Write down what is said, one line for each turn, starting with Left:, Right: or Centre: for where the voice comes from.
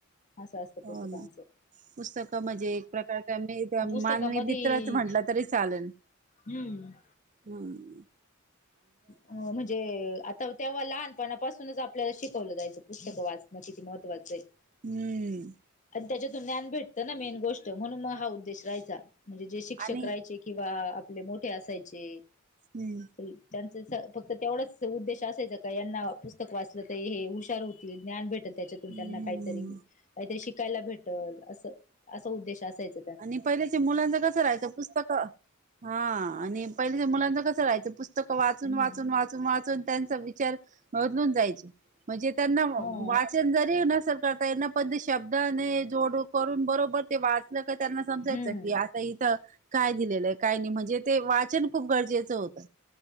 Left: असं असतं पुस्तकांच.
Right: हो ना पुस्तकं म्हणजे एक प्रकार मी
Left: पुस्तकामध्ये
Right: मानवी मित्रच म्हटलं तरी चालेल.
Left: हम्म
Right: हम
Left: म्हणजे आता तेव्हा लहानपणापासूनच आपल्याला शिकवलं जायचं पुस्तक वाचणं किती महत्त्वाचं आहे.
Right: हंम.
Left: त्याच्यातून ज्ञान भेटतं ना मेन गोष्ट म्हणून मग हा उद्देश रहायचा. म्हणजे जे शिक्षक
Right: आणि
Left: रहायचे किंवा आपले मोठे असायचे.
Right: हम.
Left: ते त्यांचं फक्त तेवढाच उद्देश असायचा का यांना पुस्तक वाचलं तर हे हुशार होतील ज्ञान भेटल. त्याच्यातून
Right: हम्म
Left: त्यांना काहीतरी काहीतरी शिकायला भेटल अस -असा उद्देश असायच.
Right: आणि पहिल्याच्या मुलांचं कसं राहायचं पुस्तकं हा आणि पहिलाच्या मुलांचं कसं राहायचं पुस्त पुस्तकं वाचून,
Left: हम्म
Right: वाचून, वाचून, वाचून त्यांचा विचार बदलून जायचे. म्हणजे त्यांना
Left: ह
Right: वाचन जरी नसेल करता येत पण ते शब्दाने जोड करून बरोबर ते वाचलं का त्यांना समजायचं
Left: हम्म
Right: की आ इथं काय दिलेलं आहे काय नाही म्हणजे ते वाचन खूप गरजेचं होतं.